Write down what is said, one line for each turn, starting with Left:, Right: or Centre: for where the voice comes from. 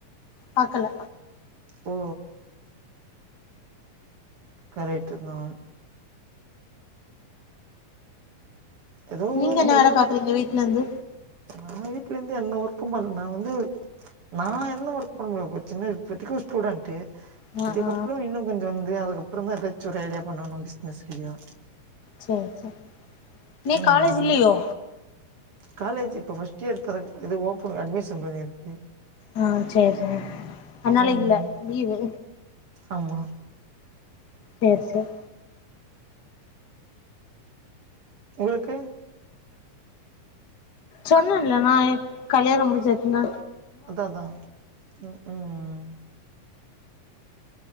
Left: பாக்கல
Right: ஓ கரெக்ட்டுதா ஏதோ
Left: நீங்க
Right: ஒரு
Left: என்ன
Right: ஏதோ
Left: வேல பாக்கறீங்க
Right: ஒரு
Left: வீட்லந்து
Right: நா வீட்லந்து என்ன ஒர்க்கும் பண்ல நா வந்து நா என்ன ஒர்க் பண்ணுவ சின்ன இப்பத்தைக்கு ஒரு ஸ்டூடெண்ட்டு
Left: ஆ
Right: இதுக்கப்றோ
Left: ஆ
Right: இன்னு கொஞ்சோ வந்து அதுக்கப்றந்தா எதாச்சு ஒரு ஐடியா பண்ணணு பிசினஸ் ஐடியா
Left: சேரி சேரி இன்னைக்கு
Right: ம்
Left: காலேஜ் இல்லையோ
Right: காலேஜ் இப்போ ஃபஸ்ட் இயர் தர இது ஓப்பன் அட்மிஷன் போய்னுயிருக்கு
Left: ஆ சேரி சேரி அதனால
Right: ம்
Left: இல்ல லீவு
Right: ஆமா
Left: சேரி சேரி
Right: உங்களுக்கு
Left: சொன்னன்ல்ல நா கல்யாணோ முடிஞ்சாச்சுனு
Right: அதா அதா ம் ம்